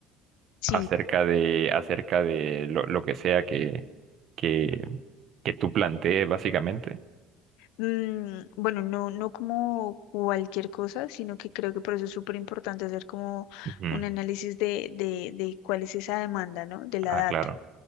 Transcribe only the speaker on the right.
acerca de, acerca de lo, lo que sea que, que, que tú plantees, básicamente.
Ujú.
Ah,
claro,